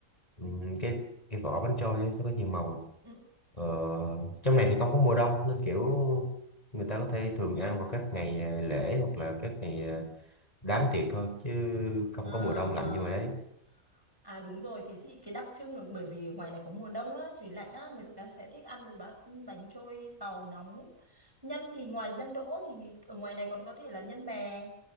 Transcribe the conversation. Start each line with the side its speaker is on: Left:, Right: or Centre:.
Left: Ừm, cái cái vỏ bánh trôi ấy, nó có nhiều màu
Right: ừ.
Left: ờ, trong này thì không có mùa đông nên kiểu người ta có thể thường ăn vào các ngày à, lễ hoặc là các ngày à, đám tiệc thôi chứ không
Right: Ờ,
Left: có mùa đông
Right: ờ.
Left: lạnh như vậy đấy
Right: À đúng rồi, thế thì cái đặc trưng là bởi vì ngoài này có mùa đông á, trời lạnh á, người ta sẽ thích ăn một bát bánh trôi tàu nóng. Nhân thì ngoài nhân đỗ thì nghĩ- ở ngoài này còn có thể là nhân mè,